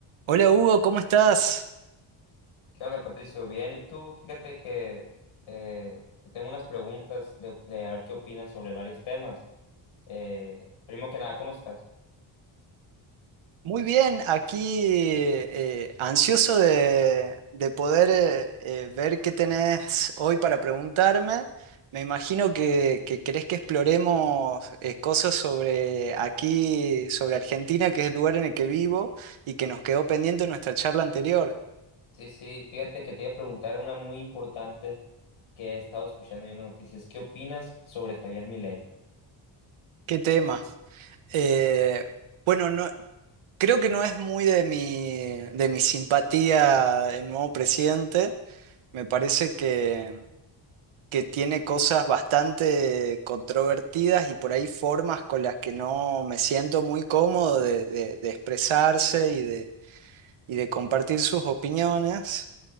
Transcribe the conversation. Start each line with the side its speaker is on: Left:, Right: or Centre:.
Right: Hola Hugo, ¿cómo estás?
Left: ¿Qué onda, Patricio? Bien, ¿y tú? Fíjate que eh, te tengo unas preguntas de, de a ver qué opinas sobre varios temas. Eh, primero que nada, ¿cómo estás?
Right: Muy bien, aquí eh, ansioso de, de poder eh, eh, ver qué tenés hoy para preguntarme. Me imagino que, que querés que exploremos eh, cosas sobre aquí, sobre Argentina, que es el lugar en el que vivo y que nos quedó pendiente en nuestra charla anterior.
Left: Sí, sí, fíjate que te iba a preguntar una muy importante que he estado escuchando yo en las noticias. ¿Qué opinas sobre Javier Milei?
Right: ¿Qué tema? Eh, bueno, no, creo que no es muy de mi, de mi simpatía el nuevo presidente. Me parece que, que tiene cosas bastante controvertidas y por ahí formas con las que no me siento muy cómodo de, de- de expresarse y de, y de compartir sus opiniones,